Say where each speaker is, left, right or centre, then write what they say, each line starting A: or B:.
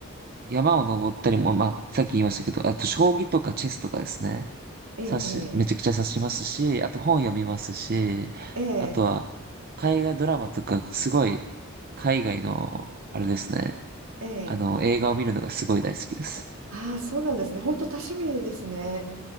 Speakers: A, on the right; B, on the right.
A: 山を登ったりも、まあ、さっき言いましたけど、あと、将棋とかチェスとかですね。
B: ええ、
A: 指し、めちゃくちゃ指しますし、あと本読みますし、
B: ええ、
A: あとは、海外ドラマとか、すごい、海外の、あれですね。
B: ええ、
A: あの、映画を見るのがすごい大好きです。
B: ああ、そうなんですね。本当多趣味ですね。